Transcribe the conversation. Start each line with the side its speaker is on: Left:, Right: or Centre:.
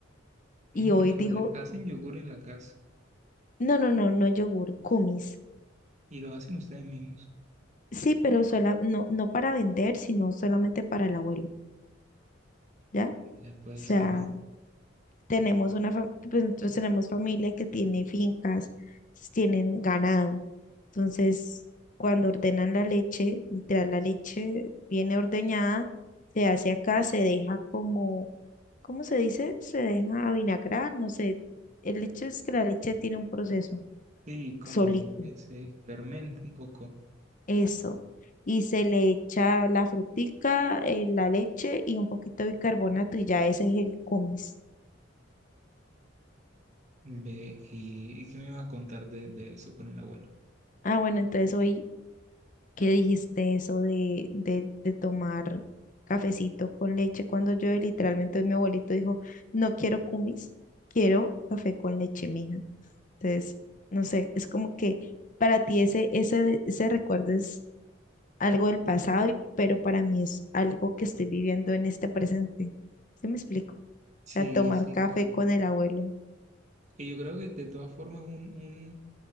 Right: Mm,
Left: Y hoy
Right: con-
Left: dijo,
Right: hacen yogur en la casa
Left: no, no, no, no yogur, kumis.
Right: y lo hacen ustedes mismos.
Left: Sí, pero sola, no, no para vender, sino solamente para el abuelo, ¿ya? O
Right: Ya pues,
Left: sea,
Right: ajá.
Left: tenemos una, fa- pues nosotros tenemos familia que tiene fincas, entonces tienen ganado. Entonces, cuando ordenan la leche, literal, la leche viene ordeñada, se hace acá, se deja como, ¿cómo se dice? Se deja vinagrar, no sé. El hecho es que la leche tiene un proceso
Right: Sí, como
Left: solito.
Right: que se fermenta un poco.
Left: Eso. Y se le echa la frutica, eh, la leche y un poquito de bicarbonato y ya ese es el kumis.
Right: Ve, y, ¿y qué me ibas a contar de, de eso con el abuelo?
Left: Ah, bueno, entonces hoy, ¿qué dijiste eso de, de, de tomar cafecito con leche? Cuando yo literalmente mi abuelito dijo, no quiero kumis, quiero café con leche, mija. Entonces, no sé, es como que para ti ese, ese, ese recuerdo algo del pasado, y- pero para mí es algo que estoy viviendo en este presente. ¿Sí me explico? O
Right: Sí,
Left: sea, tomar
Right: sí,
Left: café
Right: claro.
Left: con el abuelo.
Right: Y yo creo que de todas formas un, un